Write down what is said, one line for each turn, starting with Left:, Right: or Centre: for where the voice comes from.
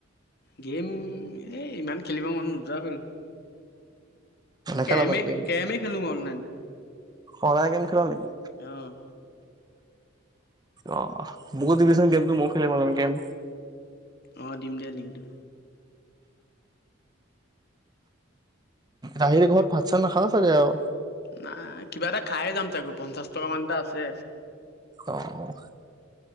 Left: গেম, এই ইমান খেলিব মন নোযোৱা হ'ল।
Right: নাই নেখেল
Left: কেৰেমে-কেৰেমে
Right: মানে গেম
Left: খেলো মই অনলাইন। <inaudible>
Right: অনলাইন গেম খেলা নেকি?
Left: অ',
Right: অ', মোকো দিবিচোন গেমটো ময়ো খেলিম অলপ গেম।
Left: অ', দিম দে লিংকটো।
Right: ৰাহিৰ ঘৰত ভাত চাত নাখালা চাগে আৰু।
Left: নাই কিবা এটা খায়ে যাম চাগে পঞ্চাশ টকা মান এটা আছে।
Right: অ'।